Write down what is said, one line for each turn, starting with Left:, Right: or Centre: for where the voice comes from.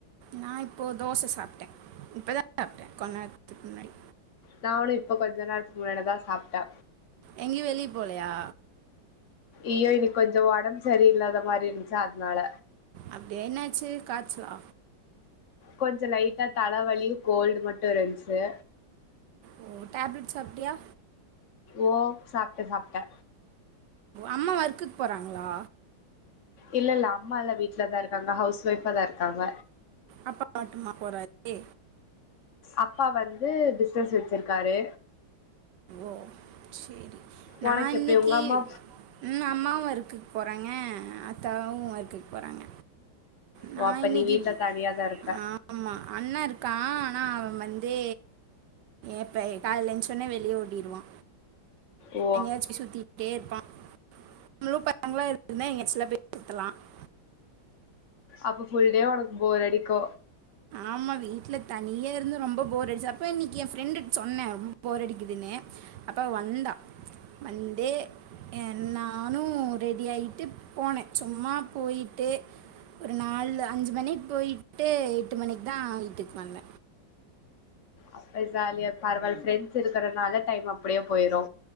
Right: நா இப்போ தோச சாப்ட்டே இப்ப தா சாப்ட்டே கொன்நேரத்துக்கு முன்னாடி
Left: நானு இப்போ கொஞ்சோ நேரத்துக்கு முன்னாடி தா சாப்ட்டே
Right: எங்கெயு வெளிய போலயா
Left: இய்யோ இன்னிக்கி கொஞ்சோ ஒடம்பு சரியில்லாத மாரி இருந்துச்ச அதுனால
Right: அப்டியா என்னாச்சு காச்சலா
Left: கொஞ்ச லைட்டா தலவலி கோல்டு மட்டு இருந்துச்சு
Right: ஓ டேப்லெட் சாப்டியா
Left: ஓ சாப்டே சாப்டே
Right: அம்மா ஒர்க்குக் போறாங்களா
Left: இல்ல இல்ல அம்மால்லா வீட்லதா இருக்காங்க ஹவுஸ் ஒய்ஃபா தா இருக்காங்க
Right: அப்பா மட்டுமா போறாரு
Left: அப்பா வந்து பிஸ்னஸ் வெச்சிருக்காரு
Right: ஓ சேரி நா
Left: உனக்கு
Right: இன்னிக்கி
Left: எப்டி உங்க அம்மா
Right: ம் அம்மாவு ஒர்க்குக் போறாங்க அத்தாவு ஒர்க்குக் போறாங்க நா
Left: ஓ அப்ப
Right: இன்னிக்கி
Left: நீ வீட்ல தனியாதா இருப்ப
Right: ஆ ஆமா அண்ணா இருக்கா ஆனா அவ வந்து எப்ப காலைல எந்துசோனே வெ வெளிய ஓடிறுவா
Left: ஓ
Right: எங்கயாச்சு சுத்திட்டே இருப்பா <unintelligible>
Left: அப்ப ஃபுல்டே உனக்கு போர் அடிக்கு
Right: ஆமா வீட்ல தனியா இருந்து ரொம்ப போர் அடிச்சு அப்ப இன்னிக்கி ஏ ஃப்ரெண்டு சொன்னே ரொம்ப போர் அடிக்குதுன்னு அப்ற வந்தா வந்து ஏ நானு ரெடி ஆயிட்டு போனே சும்மா போயிட்டு ஒரு நாலு அஞ்சு மணிக்கி போயிட்டு எட்டு மணிக்கு தா வீட்டுக்கு வந்த
Left: அப்ப ஜாலியா பரவாயில் ஃப்ரெண்ட்ஸ் இருக்கறனால டைம் அப்டியே போயிரு